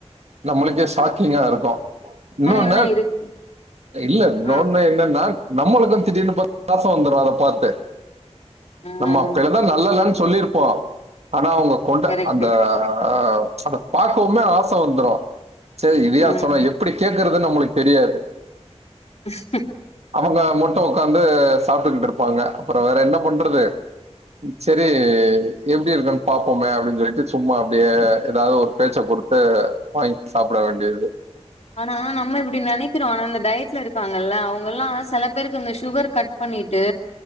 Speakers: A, on the right; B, on the left.
A: நம்மளுக்கே சாக்கிங்கா
B: அ
A: இருக்கு இன்னொன்னு
B: என்ன இருக்கு
A: இல்ல நோன்வே
B: ஆ
A: என்னன்னா நம்மளுக்கு திடீர்னு பாசம் வந்துரு அத பாரத்து
B: ம்
A: நம்ம பிள இப்பதா நல்லால்லனு சொல்லியிருப்போ அனா அவுங்க கொண்ட
B: கரெக்ட்டு
A: அந்த அ அத பாக்கவுமே ஆச வந்துரு செரி இதயா
B: ம்
A: சொன்ன எப்புடி கேக்குறதுன்னு நம்மளுக் தெரியாது
B: ஸ்கம்
A: அவுங்க மட்டு உக்காந்து சாப்டுட்டு இருப்பாங்க அப்புற வேற என்ன பண்றது செரி எப்டி இருக்கு பார்ப்போமே அப்டின்னு சொல்லிட்டு சும்மா அப்டியே ஏதாவது ஒரு பேச்ச குடுத்து வாங்கி சாப்பட வேண்டியது
B: ஆனா நம்ம இப்படி நனைக்கிறோ ஆனா இந்த டயட்ல இருக்காங்கல்ல அவுங்கல்லா செல பேருக்கு இந்த சுகர் கட் பண்ணிட்டு